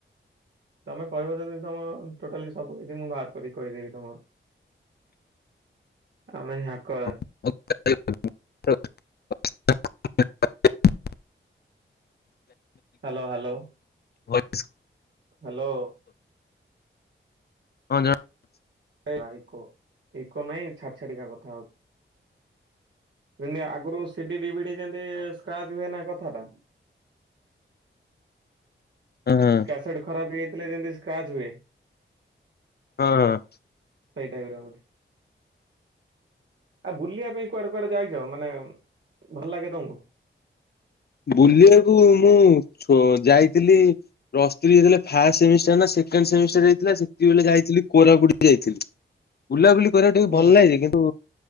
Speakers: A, on the right; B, on the left.
A: ତମେ କହିବ ଯଦି ତମ ଟୋଟାଲି ସବୁ କିଛି ମୁଁ ବାହାର କରିକି କହିଦେବି ତମର
B: <inaudible>
A: ଆମ ଏ ହାକର।
B: <unintelligible>
A: Hello hello.
B: ଭଏସ୍
A: ହ୍ୟାଲୋ
B: ଜଣ
A: <unintelligible> ଇକୋ ନାଇଁ ଛାଡ଼ି ଛାଡ଼ି କା କଥା ହଉଛି। ଦିନେ ଆଗରୁ C D, D V D ଯେମିତି ସ୍କ୍ରାଚ ହୁଏ ନା କଥାଟା।
B: ହଁ ହଁ।
A: ସାଇଡ ଖରାପହେଇଯାଇଥିଲେ ଯେମିତି ସ୍କ୍ରାଚ ହୁଏ।
B: ହଁ ହଁ।
A: ସେଇ ଡାଇପ୍ ର ହଉଛି। ଆଉ ବୁଲିବା ପାଇଁ କୁଆଡ଼େ କୁଆଡ଼େ ଯାଇଛ ମାନେ ଭଲ ଲାଗେ ତମକୁ?
B: ବୁଲିବାକୁ ମୁଁ ଛୁ ଯାଇଥିଲି ପ୍ଲସ ଥ୍ରି ଯେତେବେଳେ ଫାଷ୍ଟ ସେମିଷ୍ଟାର ନା ସେକେଣ୍ଡ ସେମିଷ୍ଟାର ହେଇଥିଲା ସେତିକ ବେଳେ ଯାଇଥିଲି କୋରାପୁଟ ଯାଇଥିଲି। ବୁଲାବୁଲି କରିବା ଟିକେ
A: ହୁଁ
B: ଭଲ ଲାଗେ କିନ୍ତୁ